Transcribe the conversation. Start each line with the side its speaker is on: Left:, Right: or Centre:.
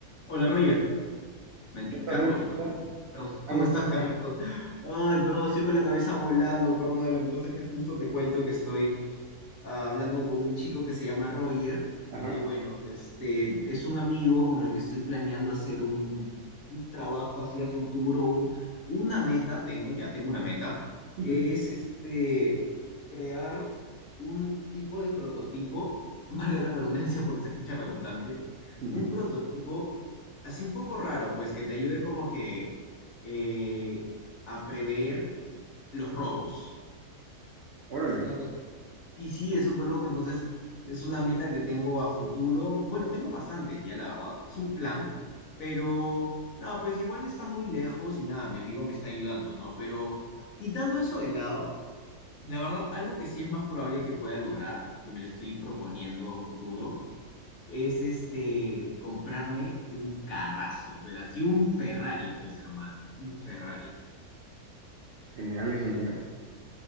Left: Hola Roger, Men-
Right: ¿Qué tal,
Left: Carlos,
Right: Adel?
Left: perdón.
Right: ¿Cómo estás?
Left: Perdón. ¿Cómo
Right: Ah, no.
Left: estás, Carlitos? Ay, perdón, estoy con la cabeza volando, perdona, lo que pasa es que justo te cuento que estoy ah, hablando con un chico que se llama Roger,
Right: Ajá.
Left: que bueno, este es un amigo con el que estoy planeando hacer un, un trabajo hacia futuro, un, una meta, tengo, ya tengo una meta,
Right: ujú,
Left: que es este crear un tipo de prototipo, <laughs> valga la redundancia porque se escucha redundante,
Right: ujú.
Left: un prototipo así un poco raro, pues que te ayude como que eh, a prever los robos.
Right: Órale.
Left: Es una cosa y sí, es súper loco, entonces es una meta que tengo a futuro. Bueno, tengo bastantes ya, la verdad, es un plan, pero nada, pues igual está muy lejos y nada, mi amigo me está ayudando, ¿no? Pero quitando eso de lado, la verdad, algo que sí es más probable que pueda lograr, que me lo estoy proponiendo a un futuro, es este, comprarme un carrazo, pero así un Ferrari, pues hermano, un Ferrari,
Right: Genial,
Left: súper
Right: genial.